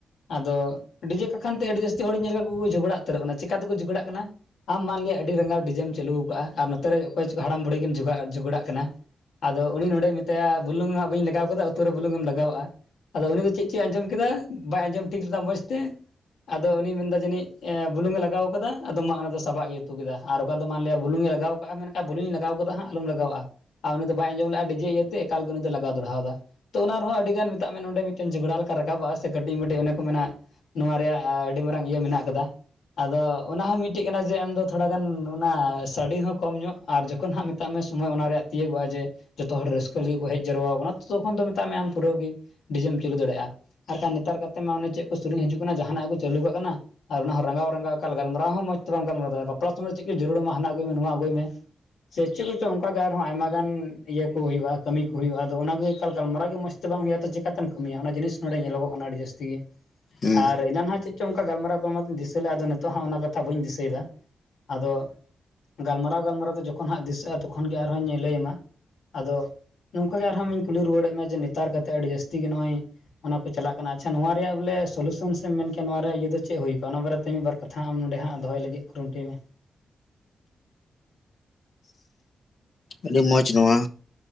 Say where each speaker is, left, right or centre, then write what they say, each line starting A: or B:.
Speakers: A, on the left (about 85°); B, on the left (about 60°).
A: ᱟᱫᱚ ᱰᱤᱡᱮ ᱠᱟᱠᱷᱟᱱ ᱛᱮ ᱟᱹᱰᱤ ᱡᱟᱹᱥᱛᱤ ᱦᱚᱲ ᱧᱮᱞ ᱠᱟᱜ ᱠᱩᱠᱩ ᱡᱷᱚᱜᱽᱲᱟ ᱩᱛᱟᱹᱨᱚᱜ ᱠᱟᱱᱟ ᱪᱮᱠᱟ ᱛᱮᱠᱚ ᱡᱷᱚᱜᱽᱲᱟᱜ ᱠᱟᱱᱟ ᱟᱢ ᱢᱟᱱᱞᱮᱭᱟ ᱟᱹᱰᱤ ᱨᱟᱸᱜᱟᱣ ᱰᱤᱡᱮᱢ ᱪᱟᱹᱞᱩ ᱟᱠᱟᱜᱼᱟ ᱟᱨ ᱱᱚᱛᱮᱨᱮ ᱚᱠᱚᱭ ᱦᱟᱲᱟᱢ ᱵᱩᱲᱦᱤ ᱠᱤᱱ ᱡᱚᱜᱽᱟᱲᱟᱜ ᱠᱟᱱᱟ ᱟᱫᱚ ᱩᱱᱤ ᱱᱚᱸᱰᱮᱭ ᱢᱮᱛᱟᱭᱟ ᱵᱩᱞᱩᱝ ᱦᱟᱜ ᱵᱟᱹᱧ ᱞᱟᱜᱟᱣ ᱠᱟᱫᱟ ᱩᱛᱩᱨ ᱨᱮ ᱵᱩᱞᱩᱝ ᱮᱢ ᱞᱟᱜᱟᱣᱼᱟ ᱟᱫᱚ ᱩᱱᱤ ᱫᱚ ᱪᱮᱫ ᱪᱚᱭ ᱟᱸᱡᱚᱢ ᱠᱮᱫᱟ ᱵᱟᱭ ᱟᱸᱡᱚᱢ ᱴᱷᱤᱠ ᱞᱮᱫᱟ ᱢᱚᱸᱡᱽ ᱛᱮ ᱟᱫᱚ ᱩᱱᱤᱭ ᱢᱮᱱᱫᱟ ᱡᱟᱹᱱᱤᱡ ᱮ ᱵᱩᱞᱩᱝᱮ ᱞᱟᱜᱟᱣ ᱠᱟᱫᱟ ᱟᱫᱚ ᱢᱟ ᱚᱱᱟ ᱫᱚ ᱥᱟᱵᱟᱜ ᱜᱤᱭ ᱩᱛᱩ ᱠᱮᱫᱟ ᱟᱨ ᱚᱠᱟ ᱫᱚ ᱢᱟᱱ ᱞᱮᱹᱭᱟ ᱵᱩᱞᱩᱝᱮ ᱞᱟᱜᱟᱣ ᱠᱮᱫ ᱢᱮᱱ ᱠᱟᱜ ᱵᱩᱞᱝᱤᱧ ᱞᱟᱜᱟᱣ ᱠᱟᱫᱟ ᱦᱟᱸ ᱟᱞᱚᱢ ᱞᱟᱜᱟᱣᱟ ᱟᱨ ᱩᱱᱤ ᱫᱚ ᱵᱟᱭ ᱟᱸᱡᱚᱢ ᱞᱮᱫᱼᱟ ᱰᱤᱡᱮ ᱤᱭᱟᱹᱛᱮ ᱮᱠᱟᱞ ᱜᱮ ᱩᱱᱤ ᱫᱚᱭ ᱞᱟᱜᱟᱣ ᱫᱚᱲᱦᱟᱣᱫᱟ ᱛᱚ ᱚᱱᱟ ᱨᱮᱦᱚᱸ ᱟᱹᱰᱤᱜᱟᱱ ᱢᱮᱛᱟᱜ ᱢᱮ ᱱᱚᱰᱮ ᱢᱤᱫᱴᱮᱱ ᱡᱷᱚᱜᱽᱲᱟ ᱞᱮᱠᱟ ᱨᱟᱠᱟᱵᱚᱜᱼᱟ ᱥᱮ ᱠᱟᱹᱴᱤᱡ ᱢᱟᱹᱴᱤᱡ ᱚᱱᱮ ᱠᱚ ᱢᱮᱱᱟ ᱱᱚᱣᱟ ᱨᱮᱭᱟᱜ ᱟᱹᱰᱤ ᱢᱟᱨᱟᱝ ᱤᱭᱟᱹ ᱢᱮᱱᱟᱜ ᱠᱟᱫᱟ ᱟᱫᱚ ᱚᱱᱟ ᱦᱚᱸ ᱢᱤᱫᱴᱮᱡ ᱠᱟᱱᱟ ᱡᱮ ᱟᱢᱫᱚ ᱛᱷᱚᱲᱟ ᱜᱟᱱ ᱚᱱᱟ ᱥᱟᱰᱮ ᱦᱚᱸ ᱠᱚᱢ ᱧᱚᱜ ᱟᱨ ᱡᱚᱠᱷᱚᱱ ᱡᱚᱠᱷᱚᱱ ᱦᱟᱸᱜ ᱢᱮᱛᱟᱜ ᱢᱮ ᱥᱚᱢᱚᱭ ᱚᱱᱟ ᱨᱮᱭᱟᱜ ᱛᱤᱭᱟᱹᱜᱚᱜᱼᱟ ᱡᱮ ᱡᱚᱛᱚ ᱦᱚᱲ ᱨᱟᱹᱥᱠᱟᱹ ᱞᱟᱹᱜᱤᱫ ᱠᱚ ᱦᱮᱡ ᱡᱟᱨᱣᱟ ᱠᱟᱱᱟ ᱛᱚᱠᱷᱚᱱ ᱫᱚ ᱢᱮᱛᱟᱜ ᱢᱮ ᱟᱢ ᱯᱩᱨᱟᱹ ᱜᱮ ᱰᱤᱡᱮᱢ ᱪᱟᱹᱞᱩ ᱫᱟᱲᱮᱭᱟᱜᱼᱟ ᱟᱨᱠᱷᱟᱱ ᱱᱮᱛᱟᱨ ᱠᱟᱛᱮᱫ ᱢᱟ ᱚᱱᱮ ᱪᱮᱫ ᱠᱚ ᱥᱮᱨᱮᱧ ᱦᱤᱡᱩᱜ ᱠᱟᱱᱟ ᱡᱟᱦᱟᱱᱟᱜ ᱠᱚ ᱪᱟᱹᱞᱩ ᱠᱟᱜ ᱠᱟᱱᱟ ᱟᱨ ᱚᱱᱟ ᱦᱚᱸ ᱨᱟᱸᱜᱟᱣ ᱨᱟᱸᱜᱟᱣ ᱮᱠᱟᱞ ᱜᱟᱞᱢᱟᱨᱟᱣ ᱦᱚᱸ ᱢᱚᱡᱽ ᱛᱮ ᱵᱟᱢ ᱜᱟᱞᱢᱟᱨᱟᱣ ᱫᱟᱲᱮᱼᱟ ᱵᱟᱯᱞᱟ ᱥᱚᱢᱚᱭ ᱪᱮᱫ ᱠᱚ ᱡᱟᱹᱨᱩᱲᱟ ᱢᱟ ᱦᱟᱱᱟ ᱟᱹᱜᱩᱭ ᱢᱮ ᱱᱚᱣᱟ ᱟᱹᱜᱩᱭ ᱢᱮ ᱥᱮ ᱪᱮᱫ ᱠᱚᱪᱚᱝ ᱚᱱᱠᱟᱜᱮ ᱦᱚᱸ ᱟᱭᱢᱟ ᱜᱟᱱ ᱤᱭᱟᱹ ᱠᱩ ᱦᱩᱭᱩᱜᱼᱟ ᱠᱟᱹᱢᱤ ᱠᱩ ᱦᱩᱭᱩᱜᱼᱟ ᱟᱫᱚ ᱚᱱᱟᱜᱮ ᱮᱠᱟᱞ ᱜᱟᱞᱢᱟᱨᱟᱣ ᱜᱮ ᱢᱚᱡᱽᱛᱮ ᱵᱟᱝ ᱦᱩᱭᱩᱜᱼᱟ ᱛᱚ ᱪ ᱪᱮᱠᱟᱛᱮᱢ ᱠᱟᱹᱢᱤᱭᱟ ᱚᱱᱟ ᱡᱤᱱᱤᱥ ᱱᱚᱰᱮ ᱧᱮᱞᱚᱜᱚᱜ ᱠᱟᱱᱟ ᱟᱹᱰᱤ ᱡᱟᱹᱥᱛᱤ ᱜᱮ
B: ᱦᱩᱸ
A: ᱟᱨ ᱮᱱᱟᱱᱦᱟᱜ ᱪᱮᱫ ᱪᱚᱝ ᱚᱱᱠᱟ ᱜᱟᱞᱢᱟᱨᱟᱣ ᱠᱚ ᱢᱟ ᱛᱚᱧ ᱫᱤᱥᱟᱹ ᱞᱮᱫᱼᱟ ᱟᱫᱚ ᱱᱤᱛᱚᱜ ᱦᱟᱸᱜ ᱚᱱᱟ ᱠᱟᱛᱷᱟ ᱵᱟᱹᱧ ᱫᱤᱥᱟᱹᱭᱮᱫᱟ ᱟᱫᱚ ᱜᱟᱞᱢᱟᱨᱟᱣ ᱜᱟᱞᱢᱟᱨᱟᱣ ᱛᱮ ᱡᱚᱠᱷᱚᱱ ᱦᱟᱸᱜ ᱫᱤᱥᱟᱹᱜᱼᱟ ᱛᱚᱠᱷᱚᱱ ᱜᱮ ᱟᱨᱦᱚᱧ ᱞᱟᱹᱭ ᱟᱢᱟ ᱟᱫᱚ ᱱᱚᱝᱠᱟ ᱜᱮ ᱟᱨᱦᱚᱸᱧ ᱠᱩᱞᱤ ᱨᱩᱣᱟᱹᱲᱮᱫ ᱢᱮ ᱡᱮ ᱱᱮᱛᱟᱨ ᱠᱟᱛᱮ ᱟᱹᱰᱤ ᱡᱟᱹᱥᱛᱤ ᱜᱮ ᱱᱚᱜᱼᱚᱭ ᱚᱱᱟ ᱠᱚ ᱪᱟᱞᱟᱜ ᱠᱟᱱᱟ ᱟᱪᱪᱷᱟ ᱱᱚᱣᱟ ᱨᱮᱭᱟᱜ ᱵᱚᱞᱮ ᱥᱚᱞᱩᱥᱚᱱ ᱥᱮᱢ ᱢᱮᱱ ᱠᱮ ᱱᱚᱣᱟ ᱨᱮᱭᱟᱜ ᱤᱭᱟᱹ ᱪᱮᱫ ᱦᱩᱭᱠᱚᱜᱼᱟ ᱚᱱᱟ ᱵᱟᱨᱮᱛᱮ ᱢᱤᱫ ᱵᱟᱨ ᱠᱟᱛᱷᱟ ᱟᱢ ᱱᱚᱸᱰᱮ ᱦᱟᱸᱜ ᱫᱚᱦᱚᱭ ᱞᱟᱹᱜᱤᱫ ᱠᱩᱨᱩᱢᱴᱩᱭ ᱢᱮ
B: ᱟᱹᱰᱤ ᱢᱚᱸᱡᱽ ᱱᱚᱣᱟ